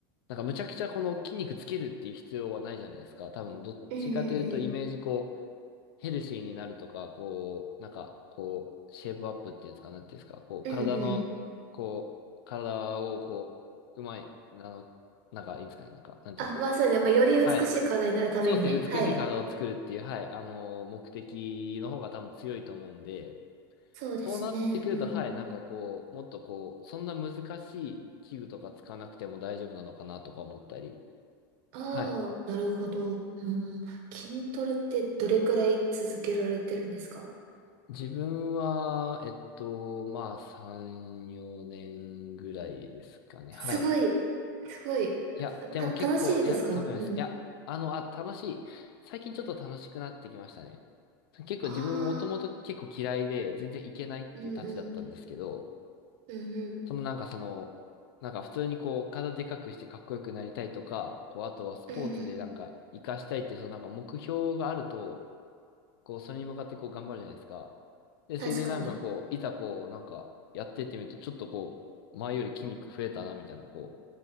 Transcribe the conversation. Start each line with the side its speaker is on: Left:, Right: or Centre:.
Left: なんかむちゃくちゃこの筋肉つけるっていう必要はないじゃないですか。多分、どっちかというと、
Right: うん
Left: イメージ、こう、ヘルシーになるとか、こう、なんか、こう、シェイプアップっていうんですか、なんていうんですか、こう、
Right: うんうん。
Left: 体の、
Right: うんうん。
Left: こう、体を、こう、うまい、あの、なんか、いいんですかね、なんか、なんていうんですか。
Right: あ、まあそうね。まあ、より美しい体になるためにね。
Left: はいそうですね、
Right: はい。
Left: 美しい体を作るっていう、はい、あのー目的の方が多分強いと思うんで、
Right: そうですね。
Left: そうなってくると、
Right: うんうん。
Left: はい、なんかこう、もっとこう、そんな難しい器具とか使わなくても大丈夫なのかなとか思ったり、
Right: ああ、
Left: はい。
Right: なるほど。うん。筋トレってどれくらい続けられてるんですか
Left: 自分は、えっと、まあ、3、4年ぐらいですかね、
Right: すごい。
Left: はい。
Right: すごい。
Left: いや、でも結構、
Right: た、楽しいですかうん。
Left: いや、とんでもないです。いや、あの、あ、楽しい。最近ちょっと楽しくなってきましたね。結構自分ももともと結構嫌いで、
Right: ああ、
Left: 全然いけないっていうたちだったんですけど、
Right: うんうん。うんうん。
Left: そのなんかその、なんか普通にこう、体でかくしてかっこよくなりたいとか、こう、あとはスポーツでなんか活かしたいっていう、
Right: うんうん。
Left: そのなんか目標があると、こう、それに向かってこう頑張るじゃないですか。で、
Right: 確かに。
Left: それでなんかこう、いざこう、なんかやってってみると、ちょっとこう、前より筋肉増えたな、みたいな、こう、